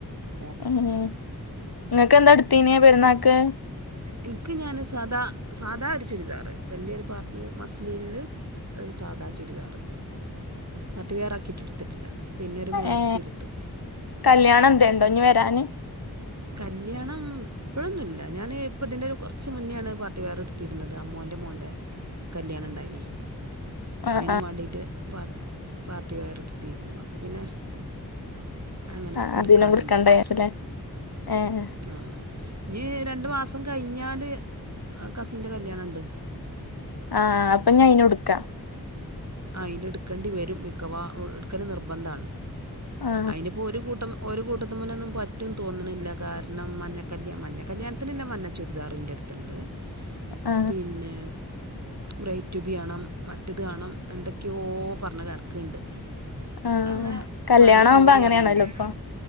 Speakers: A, on the right; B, on the left.
A: <inaudible>
B: ഉം നിങ്ങൾക്ക് എന്താ അടുത്തിന പെരുന്നാക്ക്
A: എനിക്ക് ഞാൻ സാദാ സാദാ ഒരു ചുരിദാറ് വലിയൊരു പാർട്ടി മസ്ലില് ഒരു സാധാ ചുരിദാറ് പാർട്ടിവെയറാക്കിയിട്ട് എടുത്തിട്ടില്ല പിന്നെ ഒരു മാക്സി
B: ഏ
A: എടുത്തു
B: കല്യാണം എന്തേണ്ടോ ഇഞ്ഞ് വരാന്
A: കല്യാണം ഇപ്പോഴൊന്നുല്ല ഞാന് ഇപ്പ ഇതിന്റെ ഒരു കൊറച്ച് മുന്നേണ് പാർട്ടി വെയർ എടുത്തിരുന്നത് അമ്മോ ന്റെ മോന്റെ കല്യാണം ഉണ്ടായീന്
B: ആ
A: അയിനും
B: ആ
A: വേണ്ടീട്ട് പ പാർട്ടിവെ യറെടുത്തിരുന്നു അപ്പൊ പിന്നെ അങ്ങനെ
B: ആഹ്
A: എടുക്കാതെ
B: അതിനുംകൊടുക്കണ്ടെ കാശ് അല്ലെ ഏഹ് ഏഹ്
A: ആഹ് ഇനി രണ്ട് മാസം കഴിഞ്ഞാല് കസിന്റെ കല്യാണണ്ട്
B: ആഹ് ആഹ് അപ്പൊ ഇനി അയിനും എടുക്കാം
A: അയിന് എടുക്കണ്ടി വരും മിക്കവാ എടുക്കല് നിർബന്ധാണ്
B: ആ
A: അയിനിപ്പൊ ഒരു കൂട്ടം ഒരു കൂട്ടത്തും പോലെ ഒന്നും പറ്റും തോന്നണില്ല കാരണം മഞ്ഞക്കല്ല്യാ മഞ്ഞ കല്യാണത്തിന് ഇല്ല മഞ്ഞ ചുരിദാറ് എന്റെ അടുത്ത്ണ്ട്
B: ആ
A: പിന്നെ ബ്രൈറ്റ്ബി കാണും മറ്റേത് കാണും എന്തൊക്കെയോ പറഞ്ഞ കടക്കുണ്ട്
B: ആ
A: അങ്ങനെ
B: കല്യാണാവുമ്പോ
A: പറഞ്ഞുന്നോടിയാരനാണ്
B: അങ്ങനേണല്ലോ
A: ഞാൻ
B: ഇപ്പൊ